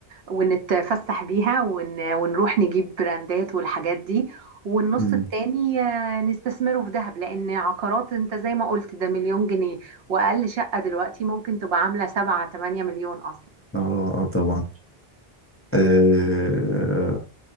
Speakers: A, on the right; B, on the left.
A: ونتفسح بيها ون... ونروح نجيب براندات والحاجات دي والنص
B: مم.
A: التاني آه، نستثمره في ذهب لأن عقارات انت زي ما قلت ده مليون جنيه وأقل شقة دلوقتي ممكن تبقى عاملة سبعة تمانية مليون أصلا
B: اه آه، طبعا آه